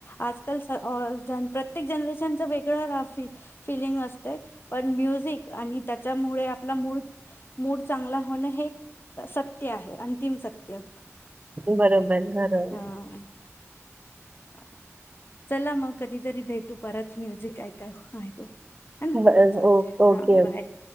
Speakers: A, on the left (about 45°); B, on the right (about 25°).
A: आजकाल स अ जन प्रत्येक जनरेशनच वेगळं रफी फिलिंग असतंय, पण म्युझिक आणि त्याच्यामुळे आपला मूड मूड चांगला होणं हे सत्य आहे अंतिम सत्य.
B: बरोबर, बरोबर.
A: हां अ चला मग कधीतरी भेटू परत. म्युझिक ऐकाय <unintelligible> हे ना?
B: ब
A: चालते
B: ओके, okay.
A: हां बाय